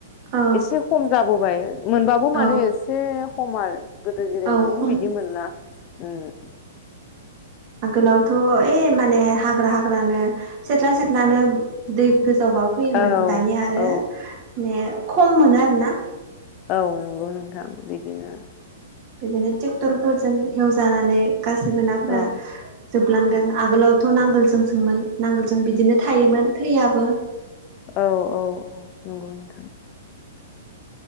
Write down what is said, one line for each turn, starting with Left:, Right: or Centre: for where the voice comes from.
Right: औ
Left: एसे खम जाबोबाय । मोनबाबो माने
Right: औ
Left: एसे खम आरो गोदो जेरै
Right: औ
Left: मोनोमोन
Right: खम
Left: बिदि मोनला । उम्म ।
Right: आगोलावथ' ओइ माने हाग्रा हाग्रानो सेथ्ला सेथ्लानो दै गोजावबा फैयोमोन
Left: औ
Right: दानिया आरो
Left: औ
Right: मे खम मोनो आरोना ।
Left: औ नंगौ नोंथां बिदिनो
Right: बिदिनो ट्रेक्टरफोरजों हेवजानानै गासैबो नाफोरा
Left: औ
Right: जोबलांदों आगोलावथ' नांगोलजोंसोंमोन नांगोलजों बिदिनो थायोमोन थैयाबो ।
Left: औ औ औ नंगौ नोंथां